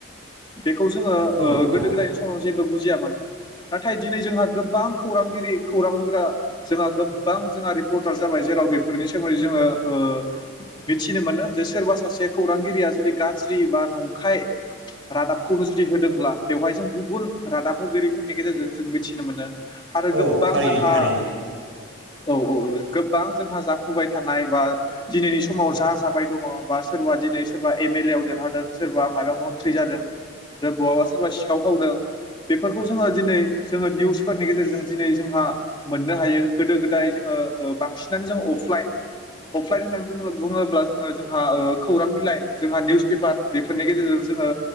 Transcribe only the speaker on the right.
औ औ
औ
थारैनो
थारैनो